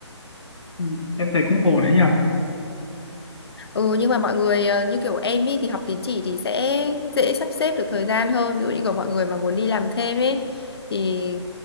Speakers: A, on the left; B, on the left.
A: Ừ, em thấy cũng ổn đấy nhỉ
B: Ừ nhưng mà mọi người ờ, như kiểu em ý thì học tín chỉ thì sẽ dễ sắp xếp được thời gian hơn ví dụ như của mọi người mà muốn đi làm thêm ấy thì